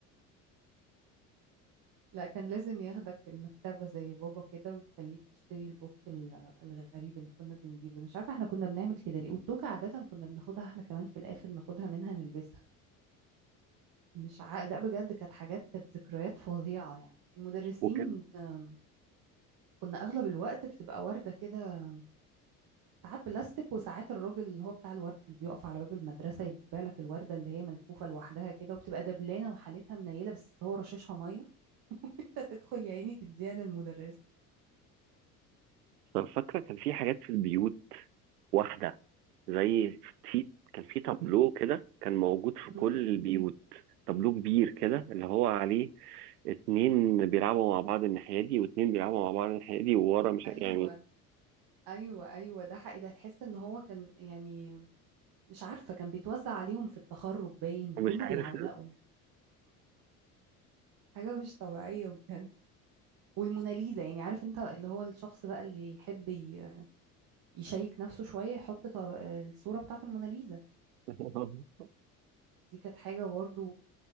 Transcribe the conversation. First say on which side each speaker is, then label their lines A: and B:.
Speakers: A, on the right (about 50°); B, on the right (about 75°).
A: لا كان لازم ياخدك المكتبة زي بابا كده ويخليك تشتري البوك ال- الغريب اللي كنا بنجيبه أنا مش عارفة احنا كنا بنعمل كده ليه والتوكة عادة كنا بناخدها احنا كمان في الآخر ناخدها منها نلبسها مش ع... لا بجد كانت حاجات كانت ذكريات فظيعة يعني المدرسين
B: وكان
A: آم، كنا أغلب الوقت بتبقى وردة كده ساعات بلاستيك وساعات الراجل اللي هو بتاع الورد اللي بيقف على باب المدرسة يبيع لك الوردة اللي هي ملفوفة لوحدها كده وبتبقى دبلانة وحالتها منيلة بس هو رشاشها مية <laughs> انت تدخل يا عيني تديها للمدرس
B: فاكرة كان في حاجات في البيوت واحدة زي في كان في تابلو كده كان موجود في كل
A: مم.
B: البيوت تابلو كبير كده اللي هو عليه اتنين بيلعبوا مع بعض الناحية دي واتنين بيلعبوا مع بعض الناحية دي وورا مش
A: ايوه
B: ع- يعني
A: ايوه ايوه ده حقيقي ده تحس ان هو كان يعني مش عارفه كان بيتوزع عليهم في التخرج باين كله
B: مش عارف
A: بيعلقوا حاجه مش طبيعيه بجد والموناليزا يعني عارف انت اللي هو الشخص بقى اللي يحب ي- يشيك نفسه شويه يحط طب- الصوره بتاعت الموناليزا
B: <laughs>
A: دي كانت حاجه برضو